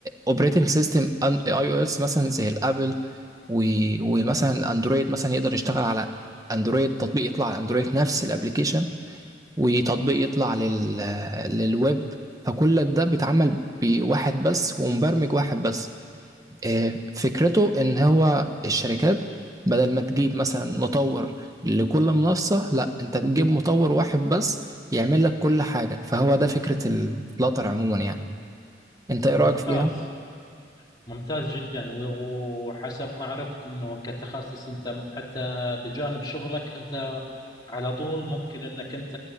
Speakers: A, on the right (about 20°); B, on the left (about 25°).
A: اوبريتنج سيستم اي او اس مثلا زي الابل و- ومثلا اندرويد مثلا يقدر يشتغل على اندرويد تطبيق يطلع على اندرويد نفس الابلكيشن وتطبيق يطلع لل... للويب فكل ده بيتعمل بواحد بس ومبرمج واحد بس آه، فكرته ان هو الشركات بدل ما تجيب مثلا مطور لكل منصة لا انت بتجيب مطور واحد بس يعمل لك كل حاجة فهو ده فكرة الفلاتر عموما يعني انت
B: ممتاز
A: ايه رأيك فيها؟
B: ممتاز جدا و- وحسب ما عرفت انه كتخصص انت م- حتى بجانب شغلك انت على طول ممكن انك انت